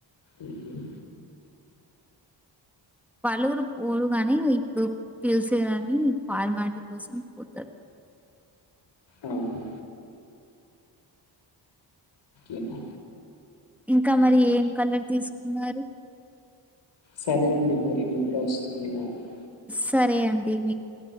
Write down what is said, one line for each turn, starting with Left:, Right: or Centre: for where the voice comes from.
Left: ఉమ్
Centre: పలువురు పోరు గాని ఇప్పుడు పిలిసే కాని ఫార్మాలిటీ కోసం పోతారు
Left: ఉహూ ఏమో
Centre: ఇంకా మరి ఏం కలర్ తీసుకున్నారు
Left: సరే అండి మరి నిద్ర వస్తుంది నాకు
Centre: సరే అండి మీకు